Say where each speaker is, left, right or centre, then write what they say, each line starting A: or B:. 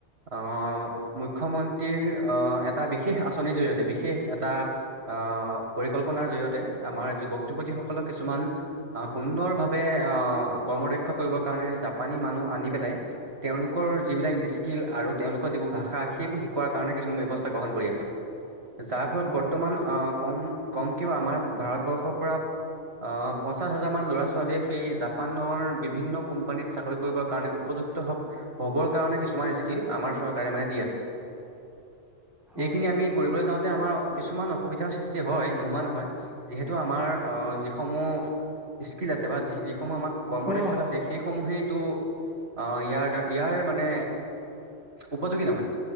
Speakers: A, on the right; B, in the centre.
A: অ' মুখ্যমন্ত্ৰীৰ আহঁ এটা বিশেষ আঁচনিৰ জৰিয়তে বিশেষ এটা আহঁ পৰিকল্পনাৰ জৰিয়তে আমাৰ যুৱক যুৱতীসকলক কিছুমান আহঁ সুন্দৰ ভাৱে আহঁ কৰ্মৰক্ষা কৰিবৰ কাৰণে জাপানী মানুহ আনি পেলাই তেওঁলোকৰ যিবিলাক স্কিল আৰু তেওঁলোকৰ যিবোৰ ভাষা সেইবোৰ শিকোৱাৰ কাৰণে কিছ উ ব্যৱস্থা গ্ৰহণ কৰি আছে। যাৰ ফলত
B: হয়,
A: বৰ্তমান আহ কম কমকেও আমাৰ ভাৰতবৰ্ষৰ পৰা অ' পঞ্চাশ হাজাৰ মান ল'ৰা ছোৱালীয়ে সেই জাপানৰ বিভিন্ন কোম্পানীত চাকৰি কৰিবৰ কাৰণে উপযুক ক্ত হক হ'বৰ কাৰণে কিছুমান স্কিল আমাৰ চৰকাৰে মানে দি আছে।
B: হয়,
A: এইখিনি আমি কৰিবলৈ যাওঁতে আমাৰ কিছুমান অসুবিধাৰ হয় নোহোৱা নহয়। যিহেতু আমাৰ অ যিসমূহ স্কিল আছে বা যি সমূহ আমাক কৰ্ম
B: অ',
A: দক্ষতা আছে সেইসমূহেইটো অ ইয়াৰ দা ইয়াৰ মানে উপযোগী নহয়